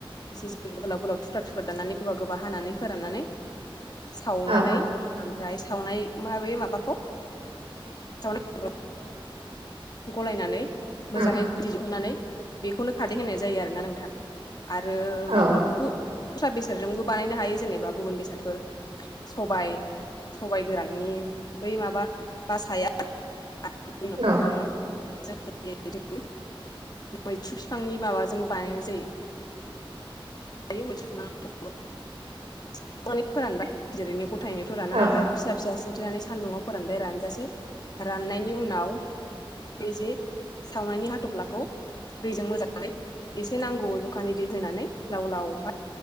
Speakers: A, on the left; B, on the right.
A: एसे एसे गोलाव गोलाव थुख्रा थुख्रा दाननानै गोबा गोबा हानानै फोराननानै सावनानै
B: औ
A: ओमफ्राय सावनाय माबे माबाखौ <unintelligible> गलायनानै
B: औ
A: मोजाङै गदि दिहुननानै बेखौनो खादै होननाय जायो आरोना नोंथां आरो
B: औ
A: दस्रा बेसादजोंबो बानायनो हायो जेनेबा गुबुन बेसादफोर सबाइ- सबाइ गोरान मानि बै माबा बासाया आनाव मा
B: औ
A: होनो <inaudible> <unintelligible> <inaudible> जों मैथ्रु बिफांनि माबाजोंबो बानायनाय जायो। मैसनानै फोरानबाय गिदिरनि <inaudible> <unintelligible> गथायनोथ' राना
B: औ
A: नालाय फिसा फिसा सिन्थिनानै सान्दुङाव फोरानबाय रानजासे राननायनि उनाव जि सावनायनि हाथफ्लाखौ दैजों मोजाङै एसे नांगौ जखानि दै होनानै लाव-लाव ओमफ्राय